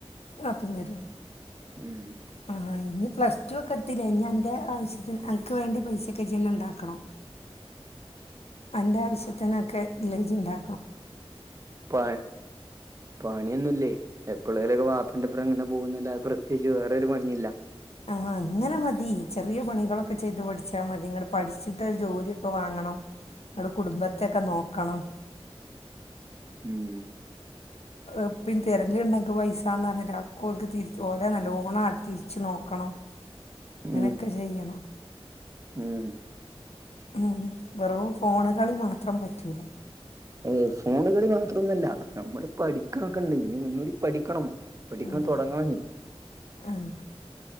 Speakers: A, on the left; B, on the right.
A: വാപ്പേന്തരും
B: ഉം
A: ആഹ് ഇനീ പ്ലസ്റ്റൂക്കെ എത്തീലേ ഇനി അൻ്റെ ആവശ്യത്തിൻ അന്ക്ക് വേണ്ടി പൈസക്കെ ജ്ജ്ന്നെ ഇണ്ടാക്കണം അന്റെ ആവശ്യത്തിനൊക്കെ ലെജ്ജ് ഇണ്ടാ
B: പ പണിയൊന്നൂലേ എപ്പളേല്ക്കെ വാപ്പേന്റെപ്പരങ്ങനെ പോകുന്നല്ലാ പ്രത്യേക്ച്ച് വേറൊരു പണിയില്ല
A: ആ ഹാ അങ്ങനെ മതി ചെറിയ പണികളൊക്കെ ചെയ്ത് പഠിച്ചാ മതി ഇങ്ങട് പഠിച്ചിട്ട് ഒരു ജോലിയൊക്കെ വാങ്ങണം. ഇന്ന്ട് കുടുംബത്ത ഒക്കെ നോക്കണം
B: ഉം
A: ഇപ്പിം തെരല്ണ്ട് ഞങ്ങക്ക് പൈസാന്ന് പറഞ്ട്ട് അ ഒക്കെ ഓൽക്ക് തിരിച് ഓലെ നല്ലോണം ആട് തിരിച്ച് നോക്കണം. അങ്ങനൊക്കെ
B: ഉം
A: ചെയ്യണം
B: ഉം
A: ഉം വെറു ഫോണുകളി മാത്രം പറ്റൂല
B: ഏഹ് ഫോണുകളി മാത്രോന്നുല്ല നമ്മള് പഠിക്കണൊക്കെണ്ട് <unintelligible> ക്ക് പഠിക്കണം പഠിക്കാ
A: ഉം
B: തൊടങ്ങാഞ്ഞി
A: ആഹ്